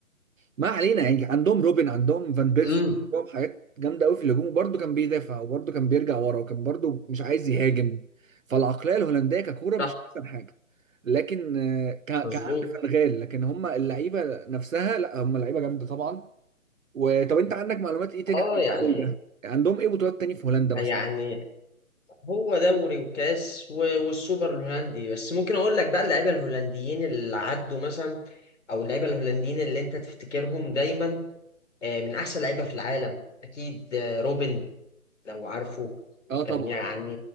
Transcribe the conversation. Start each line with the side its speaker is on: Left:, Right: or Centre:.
Right: ما علينا يعني عندهم روبن عندهم فان بيرسي
Left: امم
Right: عندهم حاجات جامده قوي في الهجوم وبرده كان بيدافع وبرده كان بيرجع ورا وكان برده مش عايز يهاجم فالعقليه الهولنديه ككوره مش
Left: صح
Right: احسن حاجه لكن آه، ك-
Left: مظبوط
Right: كان عندي فنغال لكن هم اللعيبه نفسها لا هم لعيبه جامده طبعا وطب انت عندك معلومات ايه تاني
Left: أه
Right: عن الدوري
Left: يعني
Right: ده عندهم ايه بطولات تاني في هولندا مثلا
Left: يعني هو دوري وكاس و- والسوبر الهولندي بس ممكن اقول لك بقى اللعيبه الهولنديين اللي عدوا مثلا او اللعيبه الهولنديين اللي انت تفتكرهم دايما آه، من احسن لعيبه في العالم اكيد آه، روبن لو عارفه
Right: اه طبعا
Left: كان يعني